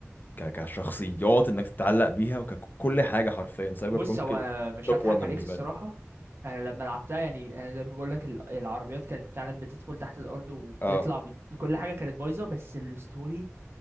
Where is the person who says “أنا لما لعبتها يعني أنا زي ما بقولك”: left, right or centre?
Right